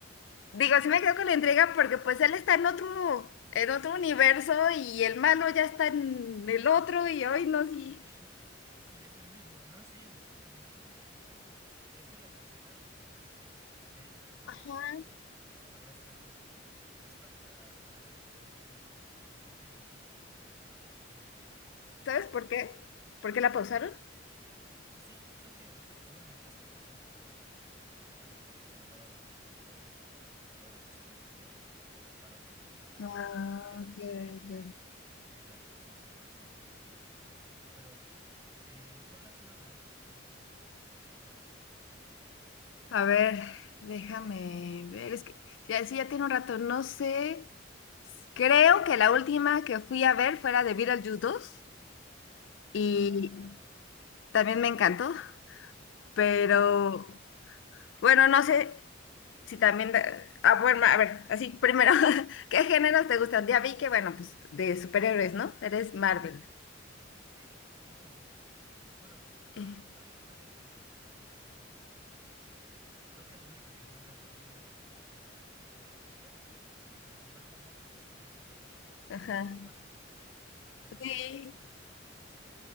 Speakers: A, on the left; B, on the right.
A: digo, sí me quedo con la entrega porque pues él está en otro, en otro universo y el malo ya está en el otro y hoy no, sí.
B: <laughs> Y es el mismo, ¿no? Sí, es un final súper interesante. Y esa la cancelaron porque iba a salir este año, ya debería
A: Ajá.
B: haber salido. Y ahora está como que pospuesta para finales o inicios del, segu- del siguiente año, creo. Pero es es muy interesante, tengo
A: ¿Sabes
B: que
A: por
B: irla a
A: qué?
B: ver también.
A: ¿Por qué la pausaron?
B: Sí, creo que hubo muchas quejas por el tema este de, de que se explotaba a los animadores y con todo lo que salió también de los paros de, por inteligencia
A: Ah,
B: artificial
A: ok,
B: y no sé qué,
A: ok.
B: y la producción se retrasó y la movieron. Pero, eh, ¿cuál ha sido la última película que has visto en el cine?
A: A ver, déjame ver, es que ya, sí, ya tiene un rato, no sé. Creo que la última que fui a ver fue la de Beetlejuice dos y
B: Ah,
A: también me encantó, pero
B: sí.
A: bueno, no sé si también... da- Ah, bueno, a ver, así primero, <laughs> ¿qué géneros te gustan? Ya vi que, bueno, pues de superhéroes, ¿no? Eres Marvel.
B: Sí, sí, me gusta mucho. Bueno,
A: Eh,
B: ah, a mí realmente me gusta de todo, no, no excluyo. Creo que lo único que no me termina de, de agradar son las de terror, porque me sumerjo mucho en la película y, y
A: Ajá.
B: me asusto fácil. Pero
A: Sí,
B: por el resto me gustan todas.